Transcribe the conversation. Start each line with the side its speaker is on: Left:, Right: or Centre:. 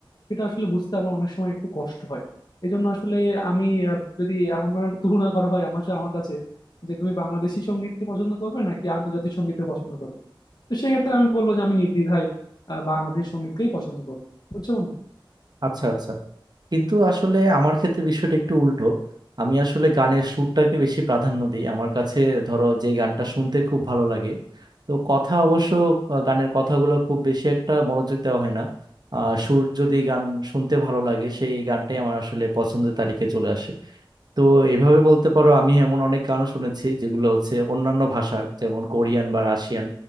Left: সেটা আসলে বুঝতে আমার অনেক সময় একটু কষ্ট হয় এই জন্য আসলে আমি আহ, যদি এমন কোনো একটা তুলনা করা হয় আমার সা- আমার কাছে যে তুমি বাংলাদেশি সঙ্গীতকে পছন্দ করবে নাকি আন্তর্জাতিক সঙ্গীতকে পছন্দ করবে তো সেক্ষেত্রে আমি বলবো যে আমি নির্দ্বিধায় আহ, বাংলাদেশি সঙ্গীতকেই পছন্দ করবো বুঝছো বন্ধু
Right: আচ্ছা আচ্ছা কিন্তু আসলে আমার ক্ষেত্রে বিষয়টা একটু উল্টো আমি আসলে গানের সুরটাকে বেশি প্রাধান্য দিই আমার কাছে ধরো যে গানটা শুনতে খুব ভালো লাগে তো কথা অবশ্য আহ, গানের কথাগুলো খুব বেশি একটা মনোযোগ দেওয়া হয় না আহ সুর যদি গান শুনতে ভালো লাগে সেই গানটাই আমার আসলে পছন্দের তালিকায় চলে আসে তো এভাবে বলতে পারো আমি এমন অনেক গানও শুনেছি যেগুলো হচ্ছে অন্যান্য ভাষা যেমন কোরিয়ান বা রাশিয়ান